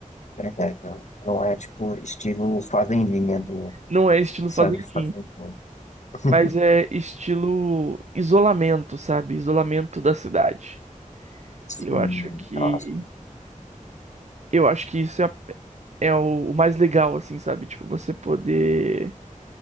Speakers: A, on the left; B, on the right.
A: Verdade, não. Não é tipo estilo fazendinha do
B: Não é estilo
A: sabe
B: fazendinha,
A: fazer tudo. <laughs>
B: mas é estilo isolamento, sabe? Isolamento da cidade.
A: Sim,
B: Eu acho que
A: nossa.
B: eu acho que isso é, a- é o, o mais legal, assim, sabe? Tipo, você poder